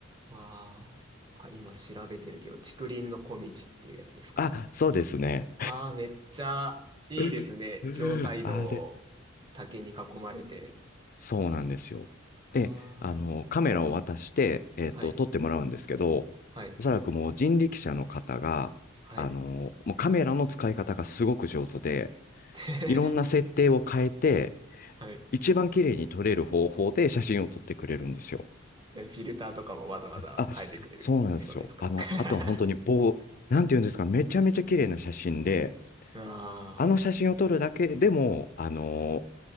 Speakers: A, on the right; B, on the left.
A: まあ、あ、今調べてるけど、竹林の小道っていうやつですか、
B: あ、
A: もしか。
B: そうですね。
A: ああ、めっちゃいいですね。
B: <laughs>
A: 両サイド、
B: あれ、
A: 竹に囲まれて。
B: そうなんですよ。
A: ああ、
B: で、あの、カメラを渡して、えっと、
A: はい、
B: 撮ってもらうんですけど、
A: はい、
B: おそらくもう人力車の方が、
A: はい。
B: あの、もうカメラの使い方がすごく上手で、
A: <laughs>
B: いろんな設定を変えて、
A: はい。
B: 一番綺麗に撮れる方法で写真を撮ってくれるんですよ。
A: えフィルターとかもわざわざ変えてくれるってことですか。
B: あ、そうなんですよ。あの、
A: <laughs>
B: あとは本当に棒、なんていうんですか、めちゃめちゃ綺麗な写真で、
A: うわ
B: あの写真を撮るだけでも、あの、